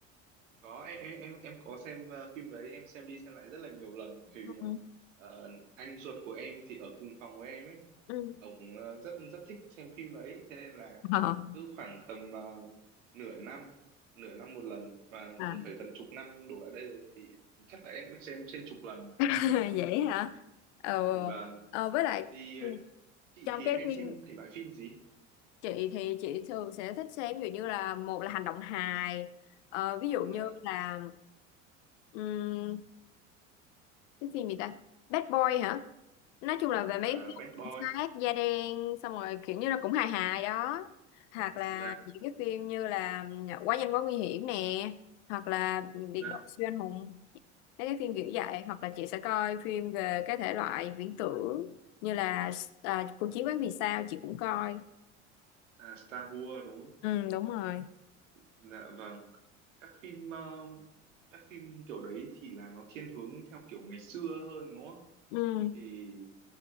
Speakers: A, on the right; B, on the left.
A: có em em em em có xem ờ, phim đấy em xem đi xem lại rất là nhiều lần bởi
B: ừ.
A: vì là
B: <laughs>
A: ờ, anh ruột của em thì ở cùng phòng với em ấy
B: Ừ.
A: ông ờ, rất rất thích xem phim đấy thế nên là
B: Ờ.
A: cứ khoảng tầm ờ, nửa năm nửa năm một lần và
B: À,
A: cũng phải gần chục năm đổ lại đây rồi thì chắc là em cũng xem trên chục lần
B: <laughs> vậy hả? Ờ,
A: rồi. và
B: ờ, với lại
A: thì ờ, chị
B: trong
A: thì
B: cái
A: hay
B: phim
A: xem thể loại phim gì
B: chị thì chị thường sẽ thích xem ví dụ như là một là hành động hài ờ, ví dụ
A: Dạ.
B: như là ừm, cái phim gì ta Bad Boy hả? Nói chung là về
A: à,
B: mấy cái
A: Bad Boy
B: cảnh sát da đen xong rồi kiểu như là cũng hài hài đó hoặc là
A: dạ
B: những cái phim như là Quá nhanh quá nguy hiểm nè hoặc là
A: dạ
B: Biệt đội siêu anh hùng mấy cái phim kiểu vậy hoặc là chị sẽ coi phim về cái thể loại viễn tưởng như là à, cuộc chiến quán vì sao chị cũng coi
A: à, Star Wars đúng không
B: ừ đúng rồi
A: Dạ vâng. Các phim ờ, các phim kiểu đấy thì là nó thiên hướng theo kiểu ngày xưa hơn đúng không?
B: ừ
A: Thì